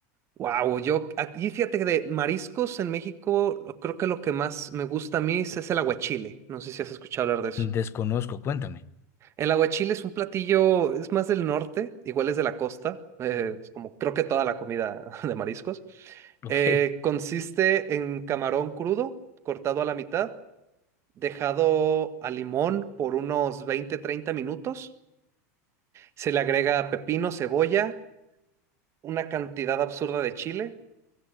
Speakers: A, on the right; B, on the left.
A: Wow, yo aquí fíjate que de mariscos en México, lo- creo que lo que más me gusta a mí es, es el aguachile. No sé si has escuchado hablar de eso.
B: Desconozco, cuéntame.
A: El aguachile es un platillo, es más del norte, igual es de la costa, eh, es como creo que toda la comida <laughs> de mariscos.
B: Ok.
A: Eh, consiste en camarón crudo, cortado a la mitad, dejado a limón por unos veinte treinta minutos. Se le agrega pepino, cebolla una cantidad absurda de chile